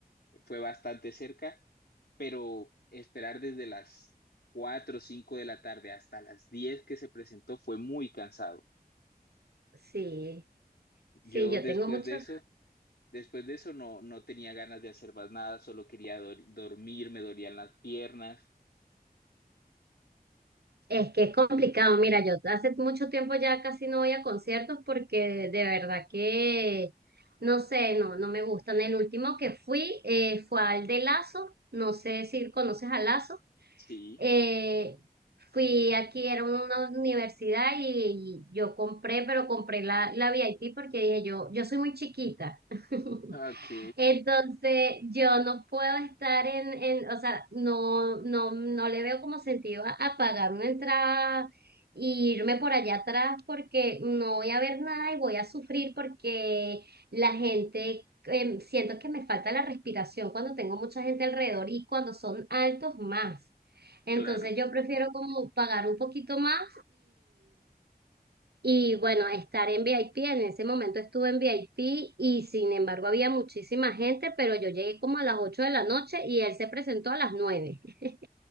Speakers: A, on the left; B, on the right.
A: fue bastante cerca, pero esperar desde las 4 o 5 de la tarde hasta las 10 que se presentó fue muy cansado.
B: sí,
A: Yo
B: sí, yo
A: después
B: tengo muchos,
A: de eso, después de eso no, no tenía ganas de hacer más nada, solo quería dor- dormir, me dolían las piernas.
B: Es que es complicado. Mira, yo hace mucho tiempo ya casi no voy a conciertos porque de verdad que, no sé, no, no me gustan. El último que fui eh, fue al de Lazo. No sé si conoces a Lazo.
A: Sí,
B: Eh, fui aquí, era una universidad y, y yo compré, pero compré la, la VIP porque dije yo, yo soy muy chiquita. <laughs>
A: ok,
B: Entonces, yo no puedo estar en, en, o sea, no, no, no le veo como sentido a, a pagar una entrada e irme por allá atrás porque no voy a ver nada y voy a sufrir porque la gente, em, siento que me falta la respiración cuando tengo mucha gente alrededor y cuando son altos más. Entonces,
A: claro.
B: yo prefiero como pagar un poquito más y bueno, estar en VIP, en ese momento estuve en VIP y sin embargo había muchísima gente, pero yo llegué como a las 8 de la noche y él se presentó a las nueve <laughs>